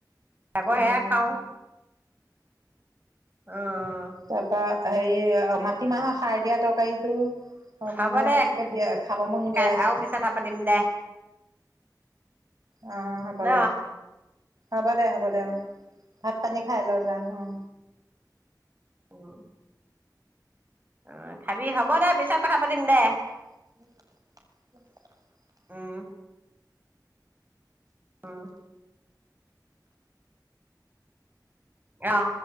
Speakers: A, on the right; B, on the right.
A: আকৌ
B: অ
A: সেয়া খাওঁ অ'
B: তাৰপৰা হেৰি মাটিমাহ খাৰ দিয়া তৰকাৰীটো,
A: হ'ব
B: মোক
A: দে
B: একে বিৰাট খাব মন
A: খাই
B: গৈ আছে,
A: আৰু পিছত কথা পাতিম দে
B: অ' হ'ব
A: ন?
B: দে। হ'ব দে হ'ব দে অ, ভাত পানী খাই লও যা অ
A: উম অ খাবি, হ'ব দে পিছত কথা পাতিম দে।
B: <inaudible>
A: উম উম আহ